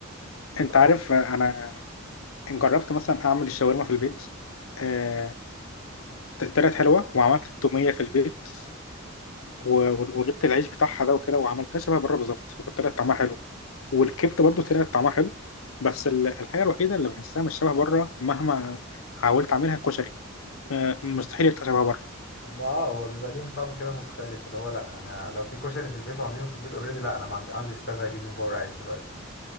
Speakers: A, on the left (about 50°); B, on the left (about 80°).
A: انت
B: انت عارف آه، انا جربت مثلا اعمل الشاورما في البيت آه، طلعت حلوه وعملت التوميه في البيت و- وجبت العيش بتاعها ده وكده وعملتها شبه بره بالظبط وكانت طلعت طعمها حلو والكبده برضو طلعت طعمها حلو بس ال- الحاجه الوحيده اللي بحسها مش شبه بره مهما حاولت اعملها كشري آه، مستحيل يبقى شبه بره
A: ما اه هو بيبقى ليهم طعم كده مختلف اللي هو لا انا لو في كشري في البيت وعاملينه في البيت اوريدي لا انا ما عندي عندي استعداد اجيب من بره عيد دلوقتي